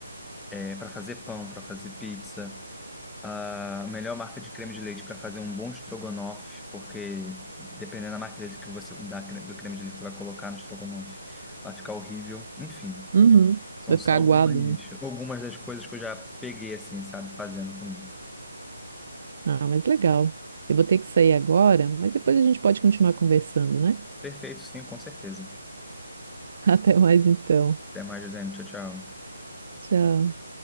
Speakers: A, in the centre; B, on the right (about 45°).
A: É, para fazer pão, para fazer pizza, a melhor marca de creme de leite para fazer um bom estrogonofe, porque dependendo da marca de leite que você, da, cre- do creme de leite que você vai colocar no estrogonofe, vai ficar horrível. Enfim,
B: Uhum.
A: são
B: Vai
A: só
B: ficar
A: algumas,
B: aguado, né?
A: algumas das coisas que eu já peguei assim, sabe, fazendo comigo.
B: Ah, mas legal. Eu vou ter que sair agora, mas depois a gente pode continuar conversando, né?
A: Perfeito, sim, com certeza.
B: <laughs> Até mais então.
A: Até mais, Josiane. Tchau, tchau.
B: Tchau.